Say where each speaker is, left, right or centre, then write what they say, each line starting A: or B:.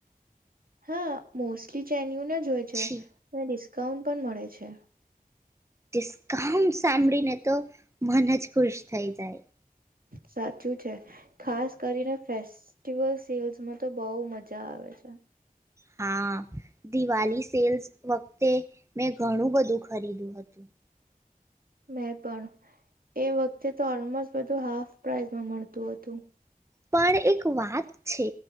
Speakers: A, on the right (about 75°); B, on the right (about 20°).
A: હા, મોસ્ટલી જેન્યુન જ હોય છે
B: છી
A: ને ડીસ્ કાઉન્ટ પણ મળે છે.
B: ડિસ્કાઉન્ટ સાંભળીને તો મન જ ખુશ થઈ જાય.
A: સાચું છે. ખાસ કરીને ફેસ્ટિવલ સેલ્સમાં તો બોવ મજા આવે છે.
B: હા, દિવાલી સેલ્સ વક્તે મેં ઘણું બધું ખરીદુ હતું.
A: મેં પણ. એ વક્તે તો ઓલમોસ્ટ બધું હાફ પ્રાઈઝમાં મળતું હતું.
B: પણ એક વાત છે.